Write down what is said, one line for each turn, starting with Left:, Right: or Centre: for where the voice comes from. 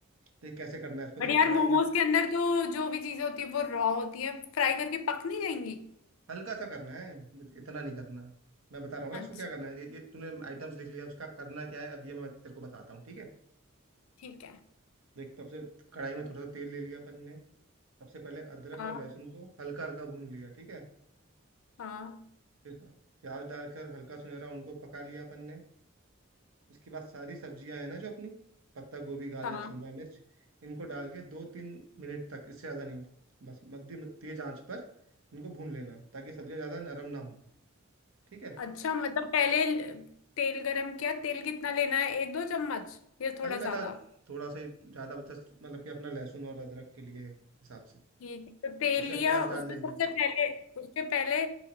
Right: देख कैसे करना है इसको
Left: बट
Right: देख
Left: यार
Right: कढ़ाई
Left: मोमोज
Right: में
Left: के अंदर तो जो भी चीजें होती है वो रॉ होती है फ्राई करके पक नहीं जाएंगी
Right: हल्का सा करना है बस इतना नहीं करना मैं बता रहा हूँ
Left: अच्छा
Right: ना इसको क्या करना है ये, ये तूने आइटम्स लिख लिया उसका करना क्या है अब ये मैं तेरे को बताता हूँ ठीक है
Left: ठीक है
Right: देख सबसे कढ़ाई में थोड़ा सा तेल ले लिया अपन ने सबसे पहले अदरक
Left: हाँ
Right: और लहसुन को हल्का हल्का भून लिया ठीक है
Left: हाँ
Right: फिर प्याज डालकर हल्का सुनहरा उनको पका लिया अपन ने इसके बाद सारी सब्जियां है ना जो अपनी पत्ता गोभी गाजर
Left: हाँ
Right: शिमला मिर्च इनको डाल के दो तीन मिनट तक इससे ज़्यादा नहीं बस मध्यम तेज आंच पर इनको भून लेना ताकि सब्जियां ज़्यादा नरम ना हो ठीक है
Left: अच्छा मतलब पहले ल- तेल गरम किया तेल कितना लेना है एक दो चम्मच या थोड़ा
Right: हल्का
Left: ज्यादा
Right: सा थोड़ा सा ही ज़्यादा जस्ट मतलब कि अपना लहसुन और अदरक के लिए हिसाब से
Left: ठीक है तो तेल
Right: उसके
Left: लिया
Right: बाद प्याज
Left: उसमें
Right: डाल देंगे
Left: सबसे पहले उसके पहले